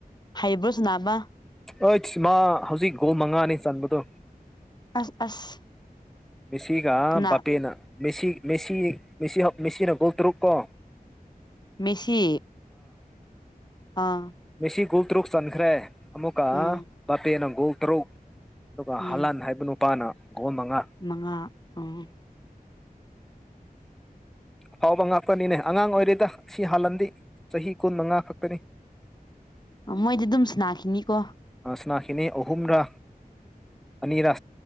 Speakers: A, on the left; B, in the centre.
A: ꯍꯩꯕ꯭ꯔꯣ ꯁꯅꯥꯕ
B: ꯑꯩꯁ ꯃꯥ ꯍꯧꯖꯤꯛ ꯒꯣ ꯃꯉꯥꯅꯤ ꯆꯟꯕꯗꯣ
A: ꯑꯁ ꯑꯁ
B: ꯃꯦꯁꯤꯒ
A: ꯀꯅꯥ
B: ꯕꯥꯄꯦꯅ ꯃꯦꯁꯤ ꯃꯦꯁꯤꯦꯁꯤ ꯃꯦꯁꯤꯅ ꯒꯣꯜ ꯇꯔꯨꯛ ꯀꯣ
A: ꯃꯁꯤ ꯑꯥ
B: ꯁꯤ ꯒꯨꯜ ꯇꯔꯨꯛ ꯆꯟꯈ꯭ꯔꯦ ꯑꯃꯨꯛꯀ
A: ꯎꯝ
B: ꯕꯥꯄꯦꯅꯪ ꯒꯣꯜ ꯇꯔꯨꯛ ꯑꯗꯨꯒ
A: ꯎꯝ
B: ꯍꯂꯥꯟ ꯍꯥꯏꯕ ꯅꯨꯄꯥꯅ ꯒꯣꯝ ꯃꯉꯥ
A: ꯑ ꯎ
B: ꯑꯐꯥꯎꯕ ꯉꯥꯛꯄꯅꯤꯅꯦ ꯑꯉꯥꯡ ꯑꯣꯏꯔꯤꯦꯗ ꯑꯁꯤ ꯍꯥꯜꯂꯝꯟꯗꯤꯦ ꯆꯍꯤ ꯀꯨꯟꯃꯉꯥ ꯈꯛꯇꯅꯤ
A: ꯃꯣꯏꯗꯤ ꯑꯗꯨꯝ ꯁ ꯅꯥꯈꯤꯅꯤꯀꯣ
B: ꯁꯅꯥꯈꯤꯅꯤ ꯑꯍꯨꯝꯔ ꯑꯅꯤꯔ